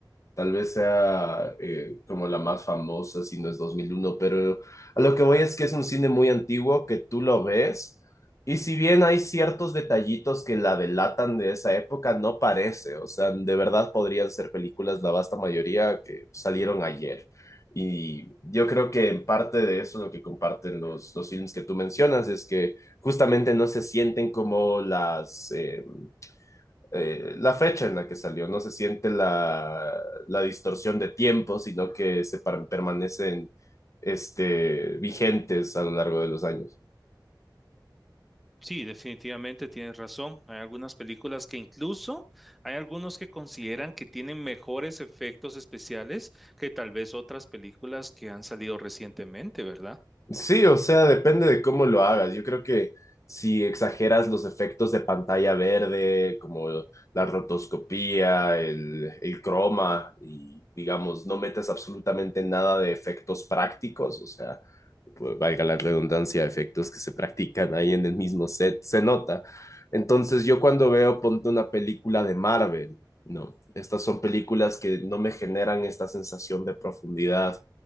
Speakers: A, on the left; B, in the centre.
A: Tal vez sea eh, como la más famosa, si no es 2001, pero a lo que voy es que es un cine muy antiguo que tú lo ves y si bien hay ciertos detallitos que la delatan de esa época, no parece, o sea, de verdad podrían ser películas, la vasta mayoría, que salieron ayer. Y yo creo que en parte de eso lo que comparten los, los films que tú mencionas es que justamente no se sienten como las... eh, eh, la fecha en la que salió. No se siente la, la distorsión de tiempo, sino que se par- permanecen este, vigentes a lo largo de los años.
B: Sí, definitivamente tienes razón. Hay algunas películas que incluso hay algunos que consideran que tienen mejores efectos especiales que tal vez otras películas que han salido recientemente, ¿verdad?
A: Sí, o sea, depende de cómo lo hagas. Yo creo que si exageras los efectos de pantalla verde, como la rotoscopía, el, el croma, y digamos, no metes absolutamente nada de efectos prácticos, o sea valga la redundancia, efectos que se practican ahí en el mismo set, se nota. Entonces yo cuando veo, ponte una película de Marvel, no, estas son películas que no me generan esta sensación de profundidad,